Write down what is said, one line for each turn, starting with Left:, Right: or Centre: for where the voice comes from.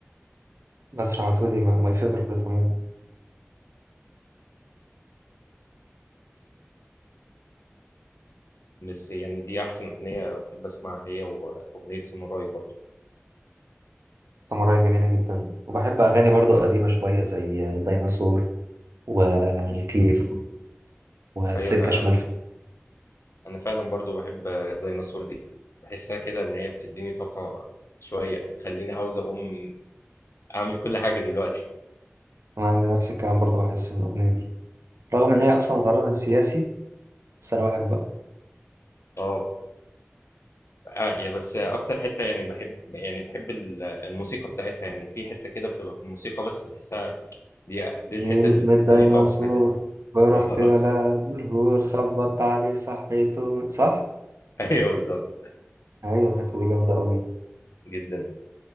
Right: بسرح وتوه دي ماي فيفورت عموما
Left: بس يعني دي احسن اغنيه بحب اسمعها هي واغنيه ساموراي برضه
Right: ساموراي جميله جدا وبحب اغاني
Left: مم.
Right: برضو قديمه شويه زي الديناصور والكيف وسكه
Left: ايوه انا
Right: شمال في-
Left: انا فعلا برضو بحب الديناصور دي بحسها كده ان هي بتديني طاقة شوية تخليني عاوز اقوم اعمل كل حاجة دلوقتي
Right: انا عندي نفس الكلام برضو بحس من الاغنيه دي
Left: <laughs>
Right: رغم ان
Left: مم.
Right: هي اصلا غرضها سياسي بس انا بحبها
Left: اه آه، يا بس اكتر حتة يعني بحب يعني بحب ال- الموسيقى بتاعتها يعني في حتة كده بتبقى في الموسيقى بس بحسها دي دي الحتة
Right: جيت
Left: اللي بتديني
Right: من الديناصور
Left: طاقة كده
Right: ورحت
Left: <laughs> اه
Right: لعب الهور خبطت عليه صحيته صح
Left: ايوه بالظبط
Right: ايوه الحته دي جامده قوي
Left: جدا